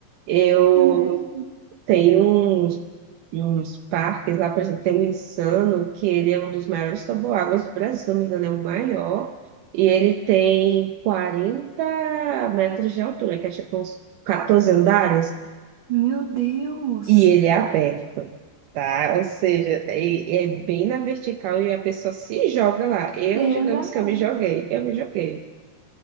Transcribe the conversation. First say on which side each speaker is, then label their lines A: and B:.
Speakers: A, on the right; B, on the right.
A: Eu
B: Imagina.
A: tenho uns, uns parques lá, por exemplo, tem o Insano, que ele é um dos maiores toboáguas do Brasil, se não me engano, é o maior. E ele tem quarenta metros de altura, que é tipo uns 14 andares,
B: Meu Deus.
A: e ele é aberto. Tá? Ou seja, é, é bem na vertical e a pessoa se joga lá. Eu,
B: Deus
A: digamos
B: é mais.
A: que eu me joguei, eu me joguei.